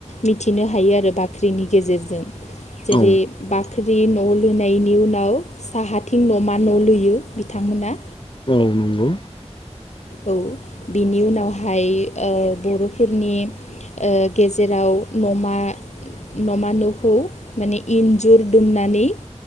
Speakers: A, on the left (about 80°); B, on the left (about 50°).
A: मिथिनो हायो आरो बाख्रिनि गेजेरजों। जेरै
B: औ
A: बाख्रि न' लुनायनि उनाव साहाथिं न'मा न' लुयो। बिथांमोना
B: औ नंगौ
A: औ बिनि उनावहाय ओ बर'फोरनि ओ गेजेराव न'मा न'मा न'खौ माने इन्जुर दुमनानै